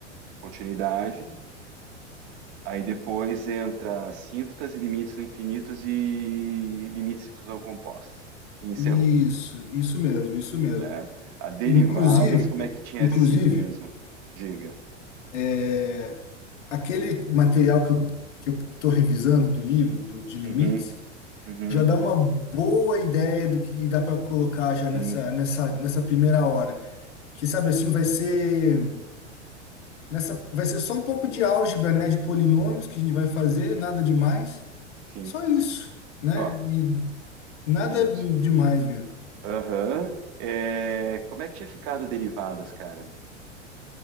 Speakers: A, on the right (about 50°); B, on the left (about 70°).
A: continuidade, aí depois entra síntotas e limites no infinitos e limites de fusão compostas. E encerrou,
B: Isso, isso mesmo, isso mesmo.
A: certo? A derivadas,
B: Inclusive,
A: como é que tinha
B: inclusive.
A: sido mesmo? Diga.
B: é, aquele material que eu, que eu estou revisando do livro, do, de limites,
A: Uhum, uhum,
B: já dá uma boa ideia do que dá para colocar já nessa,
A: sim,
B: nessa, nessa primeira hora. Que sabe assim, vai ser nessa, vai ser só um pouco de álgebra, né, de polinômios que a gente vai fazer, nada demais,
A: sim,
B: só isso, né?
A: só,
B: E nada
A: isso.
B: demais mesmo.
A: Aham. Eh, como é que tinha ficado derivadas, cara?